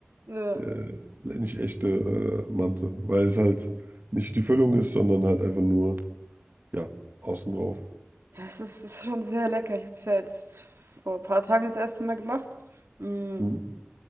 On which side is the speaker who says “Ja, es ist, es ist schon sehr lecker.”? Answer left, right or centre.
Right